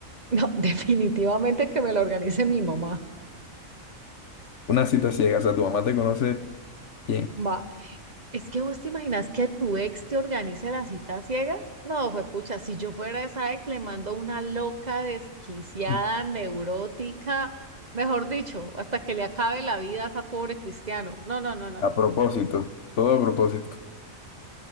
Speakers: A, on the right; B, on the left.
A: No, <laughs> definitivamente que me lo organice mi mamá.
B: Una cita a ciegas, o sea, tu mamá te conoce bien.
A: Va. Es que vos te imaginas que tu ex te organice las citas ciegas. No, juepucha, si yo fuera esa ex, le mando una loca, desquiciada,
B: Mm.
A: neurótica, mejor dicho, hasta que le acabe la vida a esa pobre cristiano. No, no, no, no, no.
B: A propósito, todo a propósito.